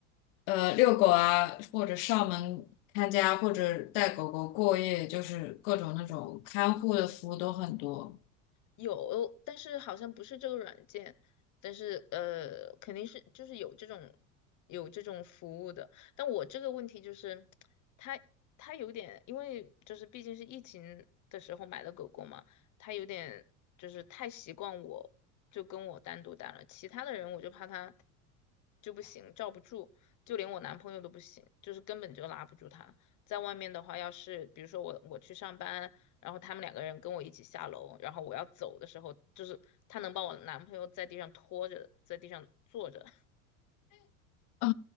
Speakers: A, on the left; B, on the left.
A: 呃，遛狗啊，或者上门看家，或者带狗狗过夜，就是各种那种看护的服务都很多。
B: 有，但是好像不是这个软件，但是呃，肯定是就是有这种有这种服务的。但我这个问题就是，它它有点，因为就是毕竟是疫情的时候买的狗狗嘛，它有点就是太习惯我，就跟我单独待了，其他的人我就怕它就不行，罩不住，就连我男朋友都不行，就是根本就拉不住它。在外面的话，要是比如说我我去上班。然后他们两个人跟我一起下楼，然后我要走的时候，就是他能把我男朋友在地上拖着，在地上坐着，
A: 嗯，